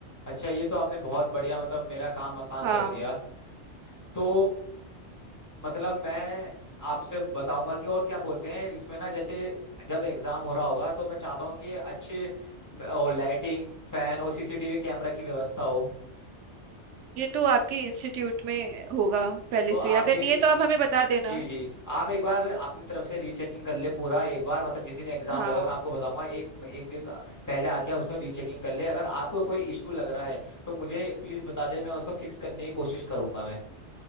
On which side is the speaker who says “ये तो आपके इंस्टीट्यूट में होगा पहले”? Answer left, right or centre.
Right